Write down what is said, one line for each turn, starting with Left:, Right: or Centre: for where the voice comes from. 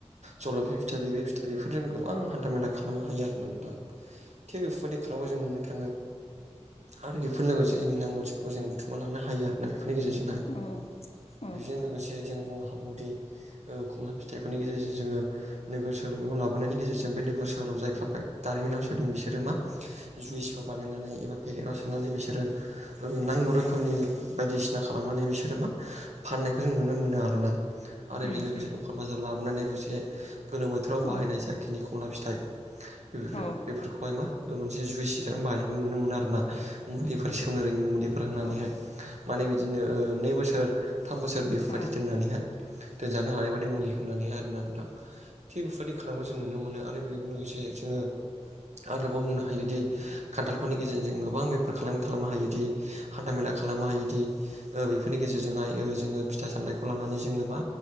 Right: जलफि फिथाइ बैग्रि, फिथाइ बेफोरजों गोबां हान्था मेला खालामनो हायो आरो। थानानै थां थिग बेफोरबायदि खालामा जों नेनो थाङो। आरो बेफोर लोगोसे जोंनि नांगौथिफोरखौ जों बुथुमना लानो हायो आरोना बेफोरनि गेजेरजों
Left: औ औ
Right: जों लोगोसे जों बुंनो हाबौदि खमला फिथाइफोरनि गेजेरजों जोङो नोगोर सहायाव लाबोनायनि गेजेरजों बे नोगोर सोहोराव जायफ्रा दारिमिनाव सोदों बिसोरो मा जुइसफोर बानायनानै एबा पेकेटाव सोनानै बिसोरो नांगौ रोखोमनि बायदिसिना खालामनानै बिसोरो मा फाननायखौ जों नुनो मोनो आरोना आरो
Left: उम
Right: बेजों लोगोसे
Left: उम
Right: दखान बाजाराव लाबोनानैबोसे गोलोम बोथोराव
Left: औ
Right: बाहायनाय
Left: औ औ उम औ
Right: जाखिनि खमला फिथाइ बेफोर
Left: औ
Right: बेफोरखौहाय मा मोनसे जुइस हिसाबै बाहनायखौ नुनो मोनो आरो ना मुलिफोर सेवनो रोङि मुलिफोर होनानैहाय
Left: औ
Right: माने बिदिनो नै बोसोर थाम बोसोर बेफोरबायदि
Left: उम उम औ
Right: दोननानैहाय दोनजानो हानाय बादि मुलि होननानैहाय आरोना नोंथां थिग बेफोरबायाददि खालामखौ जों नुनो मोनो आरो बेजों लोगोसे जोङो आरोबाव बुंनो हायोदि खान्थालफोरनि गेजेरजों जों गोबां बे खालाम खालामनो हायोदि हान्थाामेला खालामनो हायोदि बेफोरनि गेजेरजोंहाय जोङो फिथाइ सामथायखौ लानानै जोङो मा